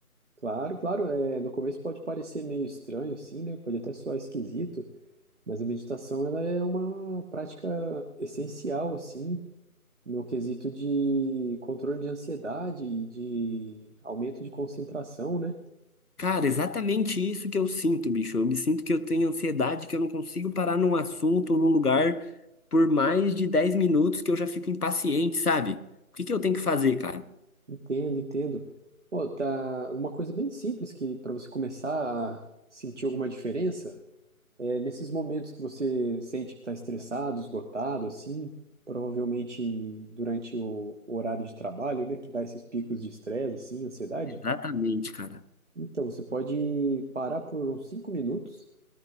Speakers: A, on the right (about 55°); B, on the left (about 85°).
A: Claro, claro. é, no começo pode parecer meio estranho, assim, né? Pode até soar esquisito, mas a meditação ela é uma prática essencial, assim, no quesito de controle de ansiedade e de aumento de concentração, né?
B: Cara, exatamente isso que eu sinto, bicho. Eu me sinto que eu tenho ansiedade, que eu não consigo parar num assunto ou num lugar por mais de 10 minutos que eu já fico impaciente, sabe? O que que eu tenho que fazer, cara?
A: Entendo, entendo. Pô, tá uma coisa bem simples que para você começar a sentir alguma diferença é nesses momentos que você sente que está estressado, esgotado, assim, provavelmente durante o, o horário de trabalho, né, que dá esses picos de estresse, assim, ansiedade.
B: Exatamente, cara.
A: Então, você pode parar por uns cinco minutos,